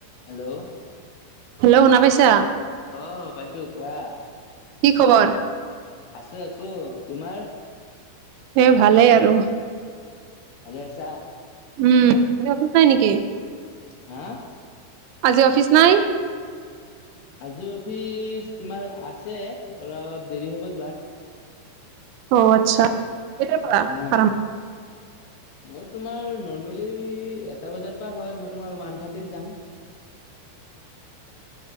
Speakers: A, on the left; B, on the right.
A: Hello
B: hello শুনা পাইছা?
A: অঁহ পাইছো, কোৱা।
B: কি খবৰ?
A: আছো আছো তোমাৰ?
B: সে ভালেই আৰু।
A: ভলে আছা।
B: উম' আজি অফিচ নাই নেকি?
A: হাঁ'
B: আজি অফিচ নাই?
A: আজি অফিচ তোমাৰ আছে, অলপ দেৰি হ'ব যোৱাত।
B: অ' আৎচ্ছা! কেইটাৰ পৰা
A: হা
B: আৰম্ভ?
A: মই তোমাৰ নৰ্মেলি এটা বজাৰ পৰা হয়, মই তোমাৰ ওৱান থাৰ্টিত যাম।
B: <inaudible>